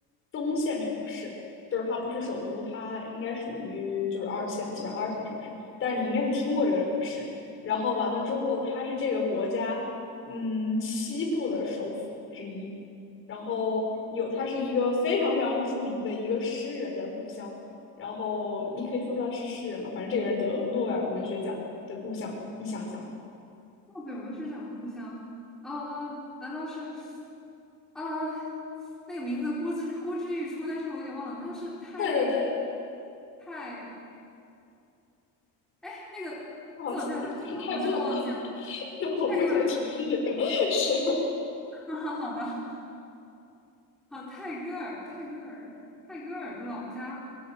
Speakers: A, on the left; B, in the centre.
A: 中线城市，就是它不是首都，它应该属于就是二线，基本上二线城市，但是你应该是听过这个城市。然后完了之后，它是这个国家嗯西部的首府之一，然后有它是一个非常非常著名的一个诗人的故乡。然后你可以说出来是诗人嘛，反正这个人得了诺贝尔文学奖的故乡，你想想，
B: 诺贝尔文学奖的故乡，呃，难道是，呃，那个名字呼之呼之欲出，但是我有点忘了，那是泰
A: 对的，对的，
B: 泰，哎，那个作家叫什么？
A: 好像提示太过了，
B: 我真的忘记了。
A: <laughs> 我不应该提示这个，
B: 泰戈尔。
A: 是
B: <laughs> 好的，好，泰戈尔，泰戈尔，泰戈尔的老家。